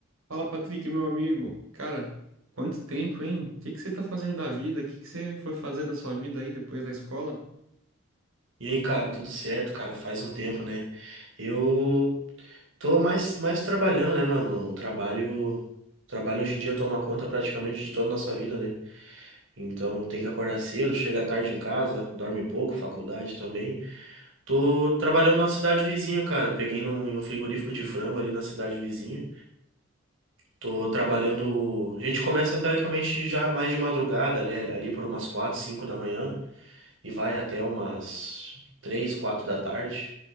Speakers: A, on the right; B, on the right.
A: Fala, Patrick, meu amigo. Cara, quanto tempo, hein? O que que você tá fazendo da vida? O que que você foi fazer da sua vida aí depois da escola?
B: E aí, cara, tudo certo, cara? Faz um tempo, né? Eu tô mais, mais trabalhando, né, mano? O trabalho, o trabalho hoje em dia toma conta praticamente de toda a nossa vida, né? Então tem que acordar cedo, chega tarde em casa, dorme pouco, faculdade também. Tô trabalhando numa cidade vizinha, cara. Peguei num, em um frigorífico de frango ali na cidade vizinha. Tô trabalhando. A gente começa teoricamente já mais de madrugada, ali, ali por umas quatro, cinco da manhã e vai até umas três, quatro da tarde,